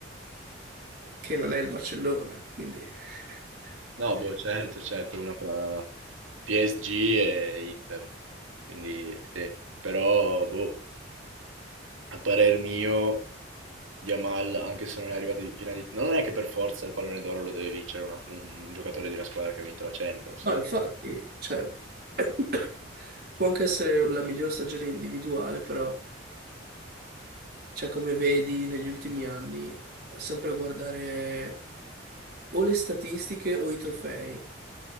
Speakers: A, on the right; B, on the right.
A: che non è il Barcellona, quindi <laughs>
B: No, boh, certo, certo, una fra PSG e Inter. Quindi sì, però boh, A parer mio, Yamal, anche se non è arrivato in finale di... no, Non è che per forza il pallone d'oro lo deve vincere una- un giocatore di una squadra che ha vinto la Champions,
A: No,
B: eh.
A: infatti, cioè, <coughs> <clears throat> può anche essere la miglior stagione individuale, però Cioè, come vedi negli ultimi anni, sempre a guardare o le statistiche o i trofei.